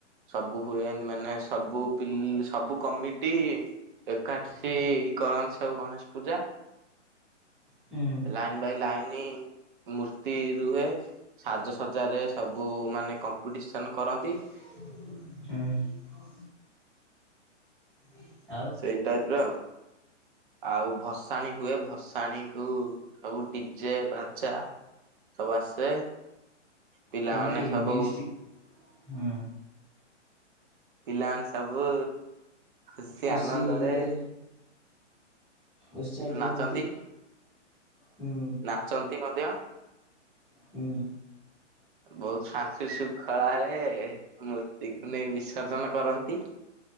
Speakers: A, on the right (about 45°); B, in the centre.
A: ସବୁ ହୁଏ ଏମତି ମାନେ ସବୁ ପିଲ୍ ସବୁ କମିଟି ଏକାଠି କରନ୍ତି ସବୁ ଗଣେଶ ପୂଜା।
B: ହୁଁ
A: ଲାଇନ ବାଇ ଲାଇନ ମୂର୍ତ୍ତି ରୁହେ। ସାଜସଜାରେ ସବୁ ମାନେ କମ୍ପିଟିସନ କରନ୍ତି।
B: ହୁଁ। ହ
A: ସେଇ ଟାଇପର ଆଉ। ଆଉ ଭସାଣୀ ହୁଏ ଭସାଣୀକୁ ସବୁ ଡିଜେ ବାଜା ସବୁ ଆସେ। ପିଲାମାନେ
B: ପୁରୀ
A: ସବୁ
B: ଡିଷ୍ଟିକ ହୁଁ।
A: ପିଲାମାନେ ସବୁ ଖୁସି
B: ଖୁସିରେ
A: ଆନନ୍ଦରେ
B: ଉତ୍ସାହିତ
A: ନାଚନ୍ତି
B: ହୁଅନ୍ତି ହୁଁ,।
A: ନାଚନ୍ତି ମଧ୍ୟ।
B: ହୁଁ।
A: ବହୁତ ଶାନ୍ତି ଶୃଙ୍ଖଳାରେ ମୂର୍ତ୍ତିକୁ ନେଇ ବିସର୍ଜନ କରନ୍ତି।